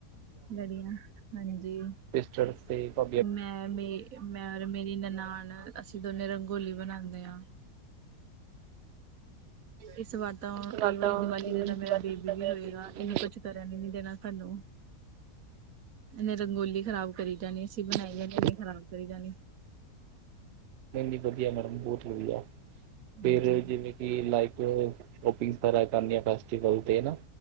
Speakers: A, on the right (about 60°); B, on the right (about 85°).
A: ਲੜੀਆ, ਹਾਂਜੀ
B: ਪਿਸਟਲ ਸੇਫ ਆ।
A: ਮੈਂ ਮੇ ਮੈਂ ਔਰ ਮੇਰੀ ਨਨਾਣ ਅਸੀਂ ਦੋਨੇ ਰੰਗੋਲੀ ਬਣਾਉਂਦੇ ਹਾਂ। ਇਸ ਵਾਰ ਤਾਂ
B: ਇਸ ਤੋਂ ਬਾਅਦ
A: ਇਹ ਵਾਲੀ
B: ਤਾਂ
A: ਦੀਵਾਲੀ
B: ਕਈ
A: ਦੇ
B: ਵਾਰੀ
A: ਤਾਂ
B: ਦੀਵਾਲੀ
A: ਮੇਰਾ ਬੇਬੀ
B: ਦੀ ਤਾਂ
A: ਵੀ
B: ਮੇਰਾ
A: ਹੋਏਗਾ,
B: ਪੇਟ ਵੀ
A: ਇਨੇ ਕੁਛ ਕਰਨ ਨ ਨੀ ਦੇਣਾ ਸਾਨੂੰ। ਇਹਨੇ ਰੰਗੋਲੀ ਖ਼ਰਾਬ ਕਰੀ ਜਾਣੀ, ਅਸੀਂ ਬਣਾਈ
B: ਹੋਏਗਾ
A: ਜਾਣੀ ਐਨੇ ਖ਼ਰਾਬ ਕਰੀ ਜਾਣੀ।
B: ਨਹੀਂ ਨਹੀਂ ਵਧੀਆ ਮੈਡਮ, ਬਹੁਤ ਵਧੀਆ,
A: ਹਾਂਜੀ
B: ਫੇਰ ਜਿਵੇਂ ਕਿ ਲਾਈਕ ਸ਼ੋਪਿੰਗ ਤਿਆਰੀਆਂ ਕਰਨੇ ਆ ਫੈਸਟੀਵਲ ਤੇ ਹੈਨਾ,